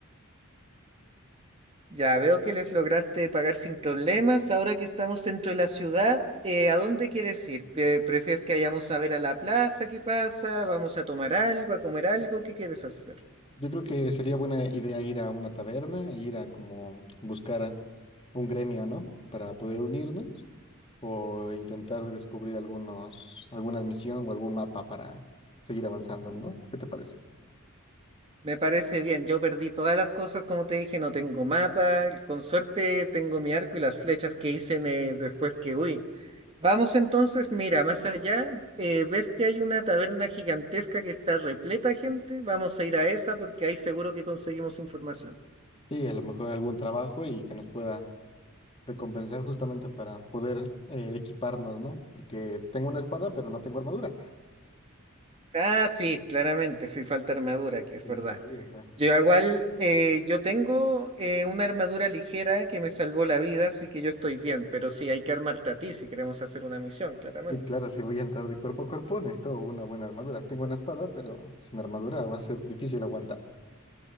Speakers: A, on the right; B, on the left.
A: Ya veo que les lograste pagar sin problemas. Ahora que estamos dentro de la ciudad, eh, ¿a dónde quieres ir? Pre- ¿Prefieres que vayamos a ver a la plaza? ¿Qué pasa? ¿Vamos a tomar algo, a comer algo? ¿Qué quieres hacer?
B: Yo creo que sería buena idea ir a una taberna e ir a como buscar a un gremio, ¿no? Para poder unirnos o intentar descubrir algunos, alguna misión o algún mapa para seguir avanzando, ¿no? ¿Qué te parece?
A: Me parece bien, yo perdí todas las cosas, como te dije, no tengo mapa, con suerte tengo mi arco y las flechas que hice en, eh, después que huí. Vamos entonces, mira, más allá, eh, ves que hay una taberna gigantesca que está repleta de gente, vamos a ir a esa porque ahí seguro que conseguimos información.
B: Sí, a lo mejor algún trabajo y que nos pueda recompensar justamente para poder eh, equiparnos, ¿no? Porque tengo una espada, pero no tengo armadura.
A: Ah, sí, claramente, sí falta armadura, que es
B: Sí,
A: verdad.
B: sí, sí, o sea,
A: Yo igual, eh, yo tengo eh, una armadura ligera que me salvó la vida, así que yo estoy bien, pero sí hay que armarte a ti si queremos hacer una misión, claramente.
B: sí, claro, si voy a entrar de cuerpo a cuerpo, necesito una buena armadura. Tengo una espada, pero sin armadura va a ser difícil aguantar.